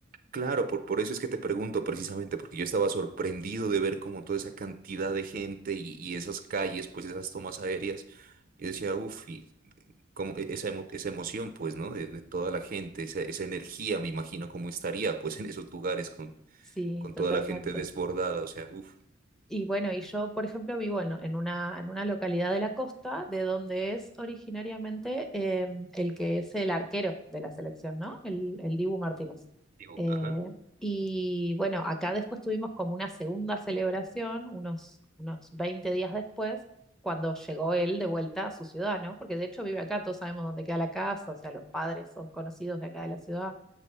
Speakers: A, on the right; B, in the centre.
A: Claro, por, por eso es que te pregunto precisamente, porque yo estaba sorprendido de ver como toda esa cantidad de gente y, y esas calles, pues esas tomas aéreas. Yo decía, uff, y como e- esa, emo- esa emoción, pues, ¿no? De, de toda la gente, esa, esa energía, me imagino cómo estaría, pues, en esos lugares con,
B: sí,
A: con
B: totalmente.
A: toda la gente desbordada, o sea, uff,
B: Y bueno, y yo, por ejemplo, vivo en, en una, en una localidad de la costa, de donde es originariamente eh, el que es el arquero de la selección, ¿no? El, el Dibu Martínez.
A: digo,
B: Eh,
A: ajá.
B: y bueno, acá después tuvimos como una segunda celebración, unos, unos 20 días después, cuando llegó él de vuelta a su ciudad, ¿no? Porque de hecho vive acá, todos sabemos dónde queda la casa, o sea, los padres son conocidos de acá de la ciudad.